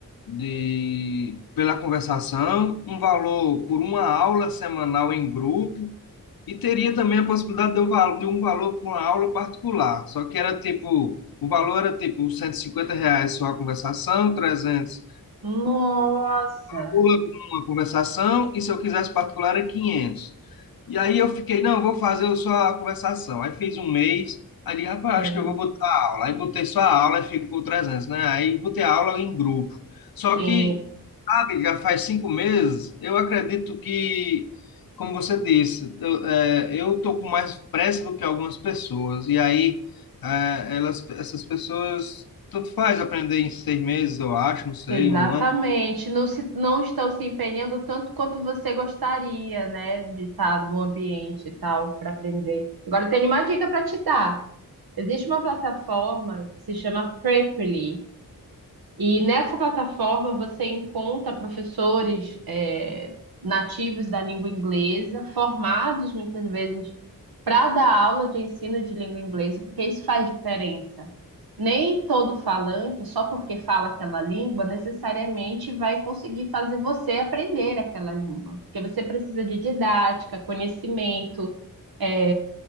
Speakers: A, on the left; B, on the right.
A: de, pela conversação, um valor por uma aula semanal em grupo, e teria também a possibilidade de um valor, de um valor por uma aula particular. Só que era tipo: o valor era tipo R$ 150 reais só a conversação, 300
B: Nossa,
A: pula com uma conversação e se eu quisesse particular é quinhentos E aí eu fiquei, não, eu vou fazer só a conversação. Aí fiz um mês, aí digo, rapaz,
B: Sim,
A: acho que eu vou botar a aula. Aí botei só a aula e ficou trezentos né? Aí botei a aula em grupo. Só
B: sim,
A: que, sabe, já faz cinco meses, eu acredito que, como você disse, eu, é, eu tô com mais pressa do que algumas pessoas. E aí, é, elas, essas pessoas, tanto faz aprender em seis meses, eu acho, não sei,
B: exatamente.
A: um ano
B: Não se, não estão se empenhando tanto quanto você gostaria, né, de estar no ambiente e tal para aprender. Agora, eu tenho uma dica para te dar. Existe uma plataforma que se chama Preply, e nessa plataforma você encontra professores eh, nativos da língua inglesa, formados muitas vezes para dar aula de ensino de língua inglesa, porque isso faz diferença. Nem todo falante, só porque fala aquela língua, necessariamente vai conseguir fazer você aprender aquela língua, porque você precisa de didática, conhecimento. é,